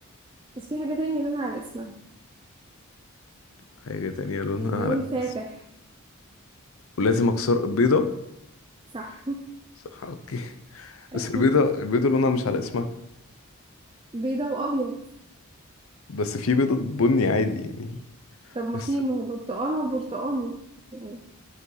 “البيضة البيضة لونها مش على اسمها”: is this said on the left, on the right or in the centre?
Left